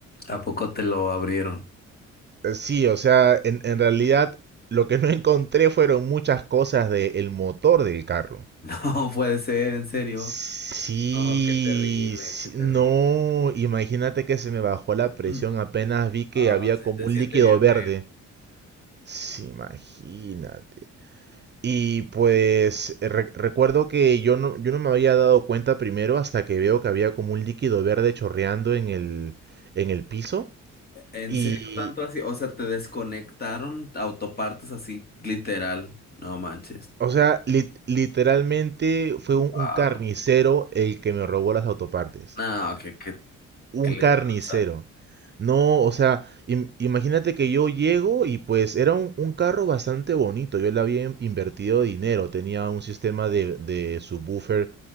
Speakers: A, on the left; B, on the right.
A: ¿A poco te lo abrieron?
B: Eh, Sí, o sea, en, en realidad lo que no <laughs> encontré fueron muchas cosas del motor del carro.
A: <laughs> No puede ser, en serio.
B: Sí,
A: Oh, qué terrible,
B: sí,
A: qué terrible.
B: no, imagínate que se me bajó la presión
A: Mm.
B: apenas vi que
A: Ah,
B: había como
A: sí, se
B: un
A: siente
B: líquido
A: bien
B: verde.
A: feo.
B: Sí, imagínate. Y pues re- recuerdo que yo no, yo no me había dado cuenta primero hasta que veo que había como un líquido verde chorreando en el, en el piso.
A: ¿En
B: Y,
A: serio tanto así? O sea, te desconectaron autopartes así, literal. No manches.
B: o sea, lit- literalmente fue un,
A: Wow.
B: un carnicero el que me robó las autopartes.
A: No, ¿qué, qué,
B: un
A: qué les
B: carnicero.
A: pasa?
B: No, o sea, im- imagínate que yo llego y pues era un, un carro bastante bonito. Yo le había in- invertido dinero. Tenía un sistema de, de subwoofer